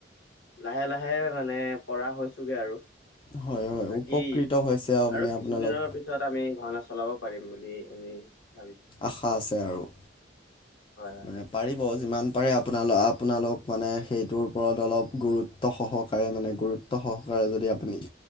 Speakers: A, on the left; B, on the left.
A: লাহে লাহে মানে পৰা হৈছোগে আৰু।
B: হয় হয়
A: বাকী
B: উপকৃত হৈছে মানে
A: আৰু কিছুদিনৰ
B: আপোনালোক
A: পিছত- পিছত আমি ভাওনা চলাব পাৰিম বুলি আমি ভাবিছো।
B: আশা আছে আৰু-
A: হয়
B: মানে- পাৰিব যিমান পাৰে আপোনাল আপোনালোক মানে সেইটোৰ ওপৰত অলপ গুৰুত্ব সহকাৰে মানে গুৰুত্ব- ত্ব সহকাৰে যদি আপুনি